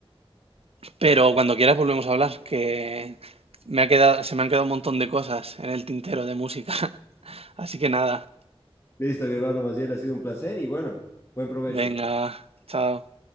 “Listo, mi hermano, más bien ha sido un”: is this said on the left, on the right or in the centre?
Left